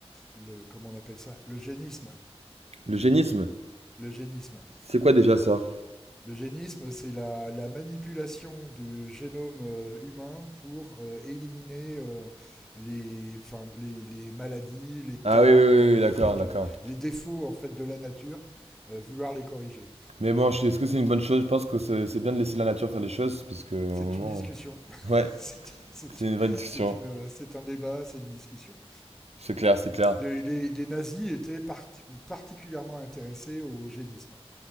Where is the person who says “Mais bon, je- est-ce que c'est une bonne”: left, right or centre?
Right